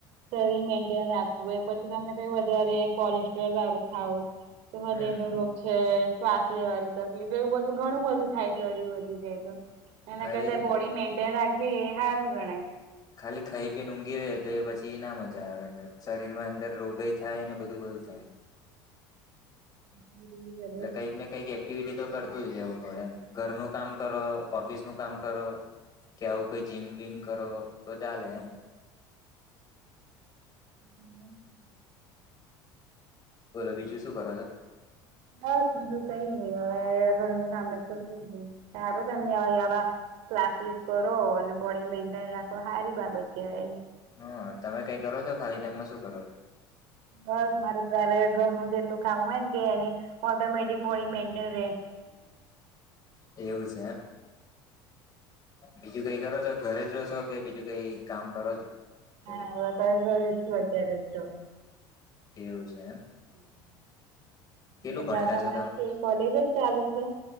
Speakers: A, on the right; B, on the left.
A: શરીર મેન્ટેન રાખવું હોય પછી તમને કઈ વધારે કોલેસ્ટ્રોલ વારું ખાવું. તો હૃદય
B: હમ
A: નુ રોગ છે શ્વાસ લેવાની તકલીફ એવું બધું ઘણું બધું થાય છે શરીર વધી જાય તો. એના
B: હા
A: કરતા
B: એજ ને
A: બોડી મેન્ટેન રાખવી એ સારું ગણાય.
B: ખાલી ખાઈ પીને ઊંઘી રહે તો એ પછી એ ના મજા આવે અ શરીર માં અંદર રોગય થાય ને બધું બધું થાય.
A: <inaudible> <unintelligible>
B: એટલે કઈક ને કઈક એ એક્ટિવિટી તો કરતું જ જવું પડેમ, ઘરનું કામ કરો, ઓફિસ નું કામ કરો. કે આવું કોઈ જીમ બિમ કરો તો ચાલે એમ.
A: હ.
B: બોલો બીજું શું કરો છો?
A: બસ બજું કઈ નહી હવે ઘરનું કામ જ કરતી છે સારો તમે <unintelligible> વાવા, ક્લાસીસ કરો અને બોડી મેન્ટેન રાખો સારી બાબત કહેવાય.
B: હા તમે કઈ કરો છો ખાલી ટાઈમમાં શું કરો?
A: બસ મારે તારે ઘરનું જેટલું કામ હોય ને કે એને, ઓટોમેટિક બોડી મેઇન્ટન રે.
B: એવું છે એમ. બીજું કઈ કરો છો ઘરે જ રહો છો કે બીજું કઈ કામ કરો છો?
A: ના
B: જોડે
A: નાતરે જ છું અત્યારે જ તો- -
B: એવું છે એમ?
A: <unintelligible>
B: કેટલું ભણેલા
A: તમારે
B: છો તમે
A: કે કોલેજ જ ચાલુ છે.